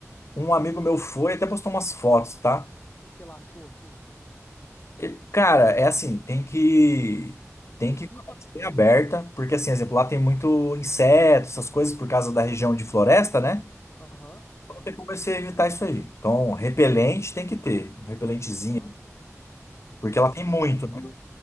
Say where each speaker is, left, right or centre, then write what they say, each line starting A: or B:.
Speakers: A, on the left; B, on the left.
A: Um amigo meu foi, até postou umas fotos, tá?
B: que que ela achou assim.
A: E, cara, é assim, tem que tem
B: Tem
A: que
B: que
A: ir com
B: ir
A: a
B: pra.
A: mente bem aberta, porque assim, exemplo, lá tem muito inseto, essas coisas por causa da região de floresta, né?
B: Aham,
A: Então
B: aham,
A: tem como você evitar isso aí. Então, repelente tem que ter, um repelentezinho,
B: aham.
A: porque
B: uhum.
A: ela tem muito,
B: Mas,
A: né?